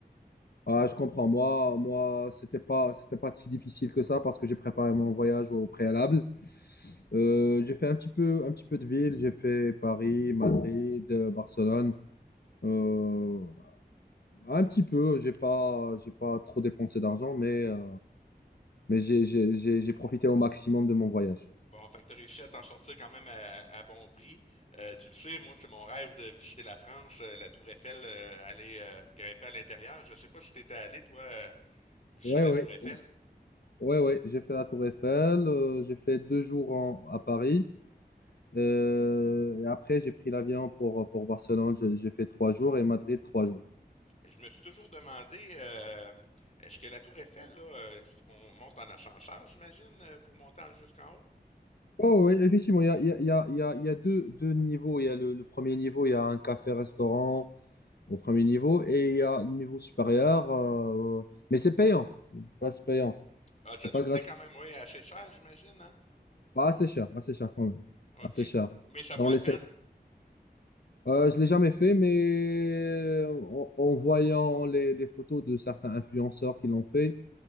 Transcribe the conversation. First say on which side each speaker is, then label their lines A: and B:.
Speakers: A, on the left; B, on the left.
A: Ah, je comprends. Moi, moi, c'était pas, c'était pas si difficile que ça parce que j'ai préparé mon voyage au préalable. Euh, j'ai fait un petit peu, un petit peu de ville. J'ai fait Paris, Madrid, euh, Barcelone. Euh, un petit peu. J'ai pas, j'ai pas trop dépensé d'argent, mais euh, Mais j'ai j'ai- j'ai- j'ai profité au maximum de mon voyage.
B: Bon, fait que t'as réussi à t'en sortir quand même à, à bon prix. Euh, tu le sais, moi, c'est mon rêve de visiter la France, euh, la Tour Eiffel, euh, aller euh, grimper à l'intérieur. Je sais pas si t'étais allé, toi, euh, visiter
A: Ouais,
B: la
A: ouais,
B: Tour Eiffel.
A: ouais, ouais. J'ai fait la Tour Eiffel, euh, j'ai fait deux jours en- à Paris. Euh, et après, j'ai pris l'avion pour, pour Barcelone, Je- j'ai fait trois jours et Madrid, trois jours.
B: je me suis toujours demandé, euh, est-ce que la tour Eiffel, là, euh, on monte en ascenseur, j'imagine, euh, pour monter en- jusqu'en haut?
A: Oh, oui, effectivement, il y a, il y a, il y a, il y a il y a deux, deux niveaux. Il y a le, le premier niveau, il y a un café-restaurant au premier niveau et il y a le niveau supérieur, euh, mais c'est payant. Pas c'est payant.
B: Ah, ça
A: C'est
B: doit
A: pas
B: coûter
A: gratuit.
B: quand même, oui, assez cher, j'imagine, hein?
A: Pas assez cher, assez cher quand même.
B: OK.
A: Assez cher.
B: Mais ça
A: Dans
B: vaut la
A: les
B: peine?
A: Euh, je l'ai jamais fait, mais euh, en, en voyant les, les photos de certains influenceurs qui l'ont fait,